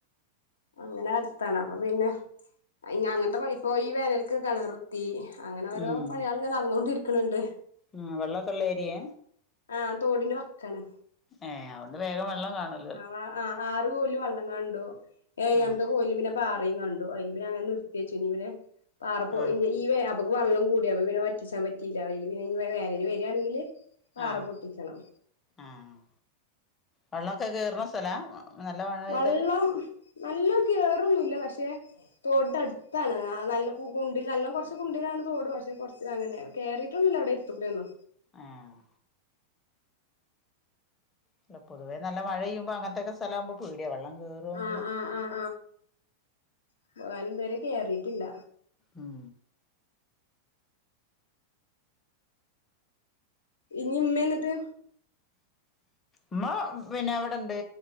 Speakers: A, on the left; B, on the left.
A: അങ്ങനെ അടുത്താണ് അപ്പൊ പിന്നെ അങ്ങൻത്തെ പണിപ്പോ ഈ വേനൽക്ക് കെണറ് ത്തി അങ്ങനെ ഓരോ
B: ഉം
A: പണികള് ഇങ്ങനെ നടന്നുകൊണ്ടിരിക്കണ് ണ്ട്
B: ആഹ് വെള്ളക്കൊള്ള ഏരിയെ
A: ആഹ് തോടിന്റെ വക്കാണ്
B: ഏഹ് അതുകൊണ്ട് വേഗം വെള്ളം കാണും
A: ആഹ് ആഹ് ആറ് കോല് വെള്ളം കണ്ടു ഏയാമത്തെ
B: ആഹ്
A: കോല് പിന്നെ പാറയും കണ്ടു അതിൽ പിന്നെ അങ്ങനെ നിർത്തി വെച്ച് ഇനി പിന്നെ പാറ
B: ആഹ്
A: ഇ ഈ വെള്ളം കൂടിയ പിന്നെ വറ്റിച്ചാൻ പറ്റീല്ല അയില് പിന്നെ ഇ വേനല് വരിയാണെങ്കില് പാറ
B: ആഹ്
A: പൊട്ടിക്കണം
B: ആഹ് വെള്ളൊക്കെ കേറ്ണ സ്ഥലാ നല്ല മഴ പെയ്താല്
A: വെള്ളം നല്ലോം കേറൊന്നുംല്ല പക്ഷെ തോടിന്റെ അടുത്താണ് നല്ല ഗുണ്ടി നല്ല കുറച്ച് ഗുണ്ടിയിലാണ് തോട് പക്ഷെ കുറച്ച് അങ്ങനെ കേറിട്ടൊന്നുല്ല അവിടെ എടുത്തുകൂടി ഒള്ളു
B: ആഹ് അല്ല പൊതുവെ നല്ല മഴ പെയ്യുമ്പോ അങ്ങൻത്തെക്ക സ്ഥലാമ്പോ പേടിയ വെള്ളം കേറുംന്നൊള്ള
A: ആഹ് ആഹ് ആഹ് <unintelligible> ഇതുവരെ കേറീട്ടില്ല
B: ഉം
A: ഇനി ഇമ്മേം എന്നിട്ട്
B: ഉമ്മ പിന്നെ എവിടെണ്ട്